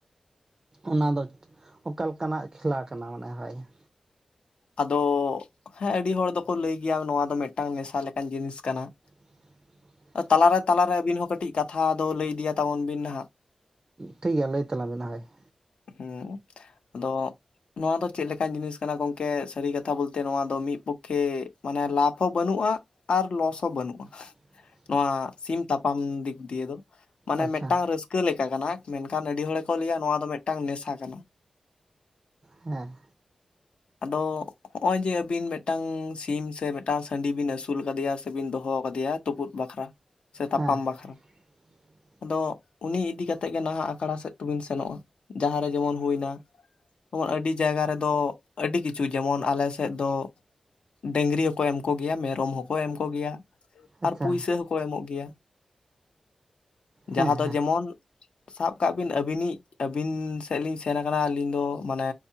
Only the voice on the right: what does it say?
ᱚᱱᱟ ᱫᱚ ᱚᱠᱟᱞᱮᱠᱟᱱᱟᱜ ᱠᱷᱮᱞᱟ ᱠᱟᱱᱟ ᱢᱟᱱᱮ ᱦᱳᱭ ᱾
<inaudible>
ᱴᱷᱤᱠ ᱜᱮᱭᱟ ᱞᱟᱹᱭ ᱛᱟᱞᱟᱝ ᱵᱤᱱ ᱦᱳᱭ ᱾
<inaudible>
ᱟᱪᱪᱷᱟ
ᱦᱮᱸ
ᱦᱮᱸ
<inaudible>
ᱟᱪᱪᱷᱟ
ᱦᱮᱸ
ᱦᱮᱸ